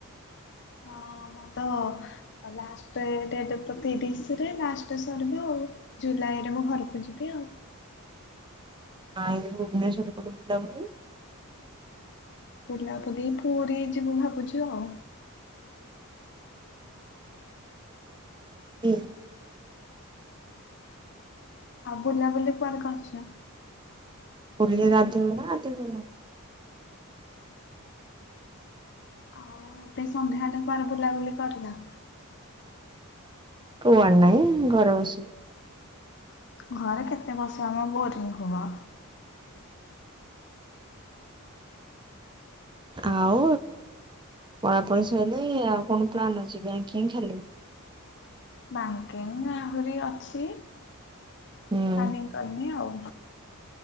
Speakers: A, on the right; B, on the left.
A: <inaudible>
B: ହଁ ମୁଁ ତ ଲାଷ୍ଟେ ଡେଟ ତ ତିରିଶରେ ଲାଷ୍ଟ ସରିବ ଆଉ ଜୁଲାଇ ରେ ମୁଁ ଘରକୁ ଯିବି ଆଉ
A: ଆଁ ଏ ଭୁବନେଶ୍ୱର ପଟେ ବୁଲାବୁଲି।
B: ବୁଲାବୁଲି ପୁରୀ ଯିବୁ ଭାବୁଛୁ ଆଉ
A: <unintelligible>
B: ଆଉ ବୁଲାବୁଲି କୁଆଡେ କରିଚ।
A: ପୁରୀରେ ଗାଧେଇ ବୁ ନା ଗାଧେଇବୁନୁ।
B: ଆଉ ଏବେ ସଂନ୍ଧ୍ୟା ହେଲେ କୁଆଡେ ବୁଲାବୁଲି କରିନ।
A: କୁଆଡେ ନାଇଁ ଘରେ ବସିବୁ
B: ଘରେ କେତେ ବସ୍‌ ଆମ ବୋରିଙ୍ଗି ହବ।
A: ଆଉ ପଳାପଳି ସଇଲେ ଆଉ କଣ ପ୍ଲାନ୍ ଅଛି ବ୍ୟାଙ୍କିଙ୍ଗ ଖାଲି
B: ବ୍ୟାଙ୍କିଙ୍ଗ ଆହୁରି ଅଛି
A: ହୁଁ
B: ପ୍ଲାନିଂ କରିନି ଆଉ